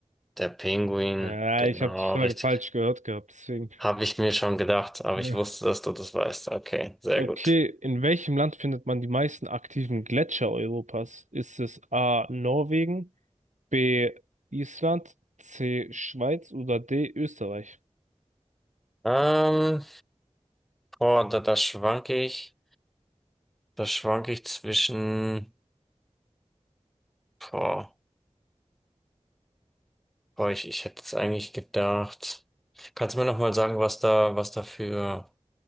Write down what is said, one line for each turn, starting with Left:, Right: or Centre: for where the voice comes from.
Centre: Der Pinguin,
Right: Ja,
Centre: genau,
Right: ich habe die Frage
Centre: richtig.
Right: falsch gehört gehabt, deswegen.
Centre: Habe ich mir schon gedacht, aber
Right: Ja.
Centre: ich wusste, dass du das weißt. Okay, sehr
Right: Okay,
Centre: gut.
Right: in welchem Land findet man die meisten aktiven Gletscher Europas? Ist es A. Norwegen, B. Island, C. Schweiz oder D. Österreich?
Centre: Ähm, boah, da, da schwanke ich, da schwanke ich zwischen, boah, boah, ich, ich hätte jetzt eigentlich gedacht. Kannst du mir nochmal sagen, was da, was dafür,